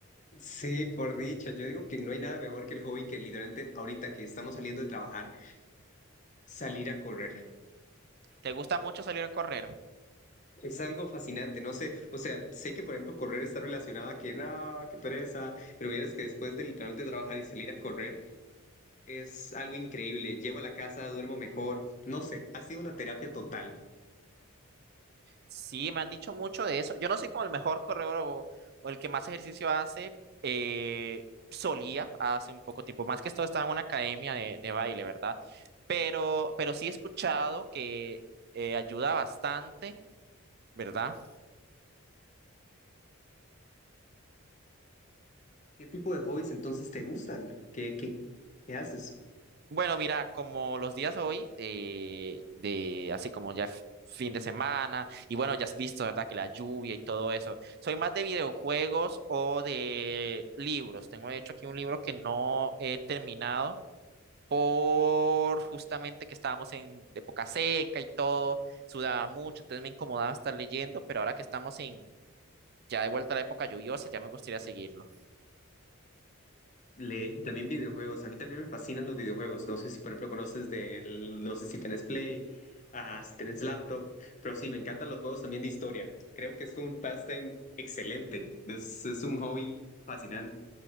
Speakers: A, on the left; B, on the right.
A: Sí, por dicho, yo digo que no hay nada mejor que el hobby que literalmente ahorita que estamos saliendo de trabajar, salir a correr.
B: ¿Te gusta mucho salir a correr?
A: Es algo fascinante, no sé, o sea, sé que por ejemplo correr está relacionado a que no, qué pereza, pero vieras que después de literalmente trabajar y salir a correr es algo increíble. Llego a la casa, duermo mejor, no sé, ha sido una terapia total.
B: Sí, me han dicho mucho de eso. Yo no soy como el mejor corredor o, o el que más ejercicio hace. eh, solía hace un poco tiempo, más que esto estaba en una academia de, de baile, ¿verdad? Pero, pero sí he escuchado que eh, ayuda bastante, ¿verdad?
A: ¿Qué tipo de hobbies entonces te gustan? ¿Qué, qué, qué haces?
B: Bueno, mira, como los días hoy, eh, de así como ya f- fin de semana, y bueno, ya has visto, ¿verdad? Que la lluvia y todo eso. Soy más de videojuegos o de libros. Tengo de hecho aquí un libro que no he terminado por justamente que estábamos en época seca y todo, sudaba mucho, entonces me incomodaba estar leyendo, pero ahora que estamos en ya de vuelta a la época lluviosa, ya me gustaría seguirlo.
A: Leer, también videojuegos. A mí también me fascinan los videojuegos. No sé si, por ejemplo, conoces del, no sé si tenés Play, ah, si tenés laptop, pero sí, me encantan los juegos también de historia. Creo que es un pastime excelente. Es, es un hobby fascinante.